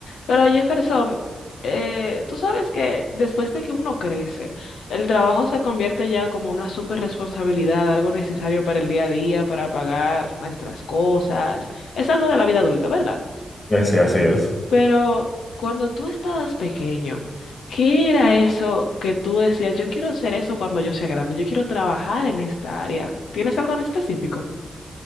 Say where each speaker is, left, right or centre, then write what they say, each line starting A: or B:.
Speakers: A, on the left (about 80°); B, on the left (about 40°).
A: Pero Jefferson, eh, tú sabes que después de que uno crece, el trabajo se convierte ya como una super responsabilidad, algo necesario para el día a día, para pagar nuestras cosas. Es algo de la vida adulta, ¿verdad?
B: Eh, Sí, así es.
A: Pero cuando tú estabas pequeño, ¿qué era eso que tú decías, yo quiero ser eso cuando yo sea grande, yo quiero trabajar en esta área? ¿Tienes algo en específico?